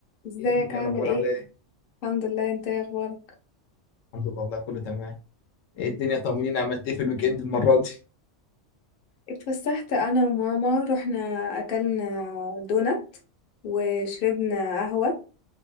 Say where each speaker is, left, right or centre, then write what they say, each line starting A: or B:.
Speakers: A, on the left; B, on the left.
A: ازيك
B: هي دي ايه
A: عامل
B: الاخبار
A: ايه
B: عامله ايه
A: الحمد لله انت ايه اخبارك
B: الحمد لله والله كله تمام ايه الدنيا طمنيني عملت ايه في الويك اند المره دي
A: اتفسحت انا وماما رحنا اكلنا دونات وشربنا قهوة